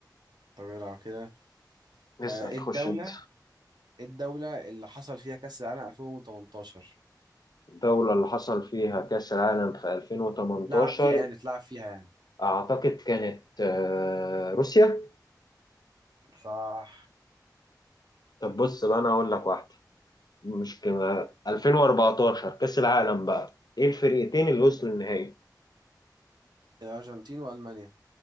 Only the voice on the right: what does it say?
طب يلا كده
آه، ايه
الدولة
إيه الدولة اللي حصل فيها كأس العالم 2018
اتلعب فيها يعني اتلعب فيها يعني
صح
الأرجنتين وألمانيا